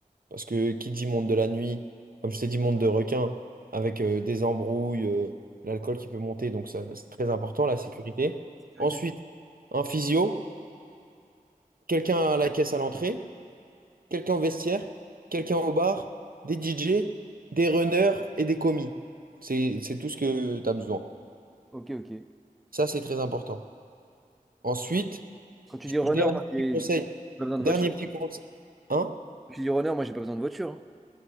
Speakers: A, on the right (about 75°); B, in the centre.
A: Parce que qui dit monde de la nuit, comme je t'ai dit, monde de requin, avec euh, des embrouilles, euh, l'alcool qui peut monter, donc ça, c'est très important, la sécurité.
B: sécurité.
A: Ensuite, un physio, quelqu'un à la caisse à l'entrée, quelqu'un au vestiaire, quelqu'un au bar, des DJ, des runners et des commis. C'est, c'est tout ce que tu as besoin.
B: Ok, ok.
A: Ça, c'est très important. Ensuite,
B: Quand tu
A: je-
B: dis runner,
A: dernier
B: moi, j'ai
A: petit conseil.
B: j'ai pas besoin de
A: Dernier
B: voiture.
A: petit
B: Quand
A: conseil. Hein?
B: tu dis runner, moi, j'ai pas besoin de voiture.